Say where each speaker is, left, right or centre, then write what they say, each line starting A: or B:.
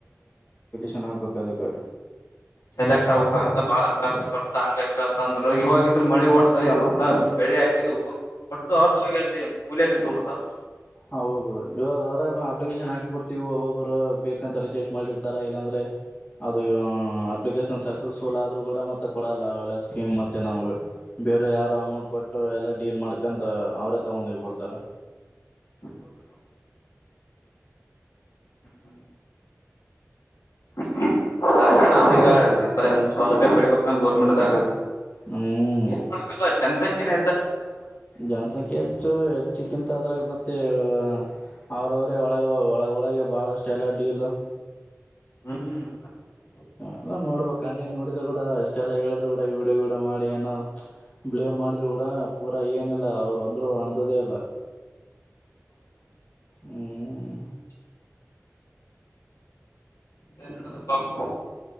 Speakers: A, on the left; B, on the left.
A: ಚೆನ್ನಾಗ್ಬೇಕು ಅದಕ್ಕೆ
B: ಸೆಲೆಕ್ಟ್ ಆಗ್ಕ್ ಬಾಳ ಖರ್ಚು ಬರ್ತಾ ಹಂಗಂಗಂತ ಅಂದ್ರ ಇವಾಗಿದ್ರರು ಮಳೆ ಒಡೆ್ದ ಎಲ್ಲಲ್ಲ ಬೆಳೆ ಹಾಕಿದವು ಹೊಟ್ಟು ಅವ ದ ಗರಿ ಮೂಲೆನ್ನ ತೊಡ್ತಾ
A: ಹೌದು ಇವಾಗ್ರೆ ಅಪ್ಲಿಕೇಶನ್ ಹಾಕಿಬಿಡ್ತಿೀವಿ ಒಬ್ಬೊಬ್ಬರ ಬೇಕಂತ ರಿಜೆಕ್ಟ್ ಮಾಡಿರ್ತಾರ ಇಲ್ಲಾಂದ್ರೆ ಅದು ಅಪ್ಲಿಕೇಶನ್ ಸಕ್ಸಸ್ಫುಲ್ ಆದ್ರೂ ಕೂಡ ಮತ್ತೆ ಕೊಡಲ್ಲ ಅವೆಲ್ಲ ಸ್ಕೀಮ್ ಮತ್ತೆ ನಮಗ ಬೇರೆ ಯಾರು ಅಮೌಂಟ್ ಕೊಟ್ಟು ಎಲ್ಲ ಡೀಲ್ ಮಾಡ್ಕಂತ ಅವ್ರೇ ತಗೊಂಡೋಗಬಿಡ್ತಾರ
B: ಹೌದೌದು ಹ್ಮ ಹ್ಮ್ ಹ್ಮ್ಮ ಈಗ ಎಲ್ಲ ಸೌಲಭ್ಯ ಪಡಿಬೇಕ ಹ ಗೋರ್ಮೆಂಟ್ದಾಗ
A: ಹ್ಮ್
B: ಏನ್ ಮಾಡಕಲ್ಲ ಜನಸಂಖ್ಯನ
A: ಜನಸಂಖ್ಯೆ ಹೆಚ್ಚು ಹೆಚ್ಚಕ್ಕಿಂತ ಅದ್ರಾಗ ಮತ್ತೆ ಮತ್ತು ಅವ್ರವ್ರೇ ಒಳಗೆ ಒಳಗೊಳಗೆ ಬಹಳ ಅಷ್ಟ ಎಲ್ಲ ಡೀಲು
B: ಹ್ಮ್ ಹ್ಮ್ ಮ
A: ಎಲ್ಲ ನೋಡ್ಬಣ್ಣ ನೋಡಿದ್ರರು ಕೂಡಷ್ಟ ಎಲ್ಲ ಹೇಳಿದ್ರು ಕೂಡ ಈ ವಿೀಡೋ ಗಿಡೋ ಮಾಡಿ ಏೋ ಬ್ಲೇಮ್ ಮಾಡಿದ್ರು ಕೂಡ ಪೂರಾ ಏನಿಲ್ಲ ಅವರು ಅಂದ್ರು ಅನ್ದೇ ಇಲ್ಲ ಹ್ಮ್್ಮ
B: ನಡದ ಬವು